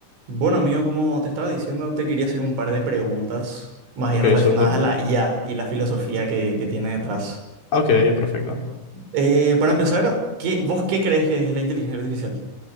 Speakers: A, on the right (about 70°); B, on the left (about 50°).
A: Bueno, amigo, como te estaba diciendo, te quería hacer un par de preguntas más
B: Ok,
A: bien relacionadas
B: súper.
A: a la IA y la filosofía que, que tiene detrás.
B: Ok, perfecto.
A: Eh, para empezar, ¿qué, vos qué crees que es la inteligencia artificial?